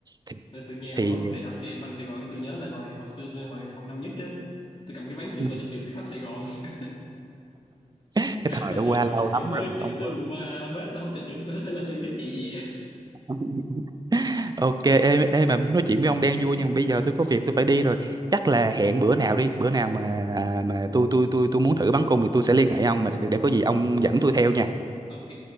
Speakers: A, on the right; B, on the left.
A: thì,
B: Rồi tôi nghe
A: thì
B: ông nói về đạp xe quanh Sài Gòn cái tôi nhớ là hồi hồi xưa tôi hồi học năm nhất á tôi cầm cái ván trượt
A: Ừ.
B: mà tôi trượt khắp Sài Gòn <laughs>
A: cái thời
B: mà
A: đã
B: trượt
A: qua lâu
B: trượt
A: lắm
B: tới
A: rồi
B: trượt
A: ông
B: tới
A: ơi.
B: quận ba bế nó không cho trượt nó phải là xe buýt chạy gì
A: <laughs> ok ê, ê mà nói chuyện với ông đang vui nhưng mà bây giờ tôi có việc tôi phải đi rồi chắc là hẹn bữa nào đi bữa nào mà à, mà tôi tôi tôi tôi muốn thử bắn cung thì tôi sẽ liên hệ ông mà để, để có gì ông dẫn tôi theo nha
B: ok